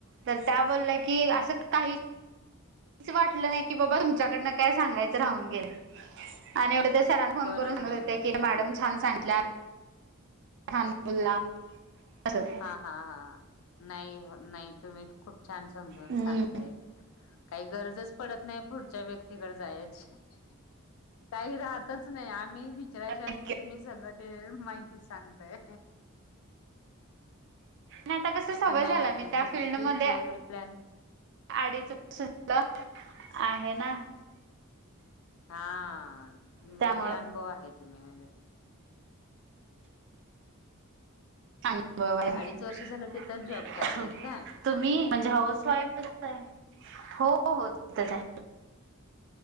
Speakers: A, on the right (about 55°); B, on the left (about 70°).
A: तर त्या बोलल्या की
B: हम्म
A: असं
B: हम्म.
A: काहीच अस वाटलं नाही कि बाबा तुमच्याकडनं काय सांगायचं राहून गेलं आणि एवढ सरांन फोन
B: बरोबर
A: करून सांगत
B: आहे
A: होत्या
B: ना
A: कि
B: तेच
A: मॅडम
B: की
A: छान सांगितल्या. छान बोलला असंच
B: हा, हा, हा नाही, नाही तुम्ही खूप छान समजून
A: हम्म.
B: सांगताय काय गरजच पडत नाही पुढच्या व्यक्तीकडे जायाची काही राहतच नाही आम्ही बी विचाराच्या
A: आणि
B: आधी तुम्ही सगळं ते माहिती सांगताय
A: नाही आता कसं
B: मी
A: सवय
B: तर नाही
A: झालीया
B: अजून
A: मी त्या
B: कुठं
A: फीलल्डमध्ये
B: ट्रिपची वगैरे प्लॅनिंग
A: अडीचस <unintelligible> आहे ना
B: हा म्हणजे
A: त्यामुळं
B: अनुभव आहे तुम्ही म्हणजे म्हणजे
A: अनुभव हाय
B: अडीच वर्ष झालं तिथंच जॉब करताय का?
A: तुम्ही म्हणजे हाऊस वाईफच हाय? हो हो तिथंच हाय